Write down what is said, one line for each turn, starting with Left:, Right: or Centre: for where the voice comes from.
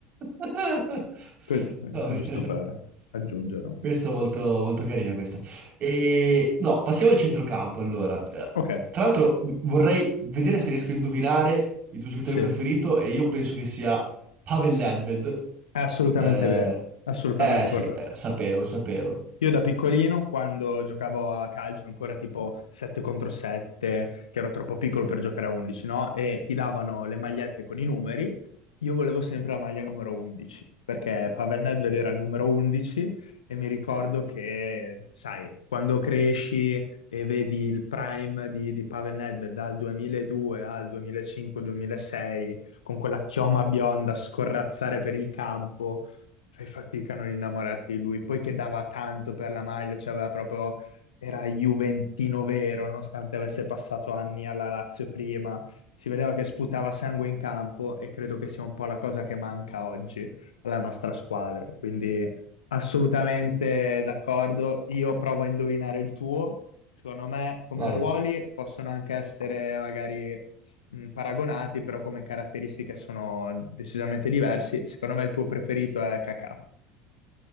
Right: <laughs>
Left: Così, eh,
Right: Va bene.
Left: giusto per aggiungere.
Right: Questo è molto, molto carina questa. E, no, passiamo al centrocampo allora. Eh,
Left: Ok,
Right: Tra l'altro m- vorrei vedere se riesco a indovinare il tuo giocatore
Left: sì,
Right: preferito
Left: è
Right: e io penso che sia Pavel Nedved.
Left: assolutamente
Right: Eh,
Left: vero, assolutamente
Right: eh sì,
Left: corretto.
Right: eh, sapevo, sapevo.
Left: Io da piccolino, quando giocavo a calcio, ancora tipo 7 contro 7, che ero troppo piccolo per giocare a 11, no? E ti davano le magliette con i numeri, io volevo sempre la maglia numero 11, perché Pavel Nedved era il numero 11 e mi ricordo che, sai, quando cresci e vedi il prime di, di Pavel Nedved dal 2002 al 2005-2006, con quella chioma bionda scorrazzare per il campo, fai fatica a non innamorarti di lui. Poi che dava tanto per la maglia, cioè aveva proprio, era Juventino vero, nonostante avesse passato anni alla Lazio prima. Si vedeva che sputava sangue in campo e credo che sia un po' la cosa che manca oggi alla nostra squadra. Quindi assolutamente d'accordo. Io provo a indovinare il tuo. Secondo me, come
Right: Vai.
Left: ruoli possono anche essere magari mh, paragonati, però come caratteristiche sono decisamente diversi. Secondo me il tuo preferito è Kakà.